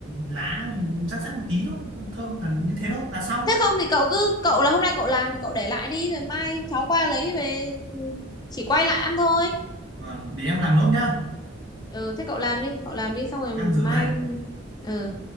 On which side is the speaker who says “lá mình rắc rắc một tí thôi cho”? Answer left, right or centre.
Right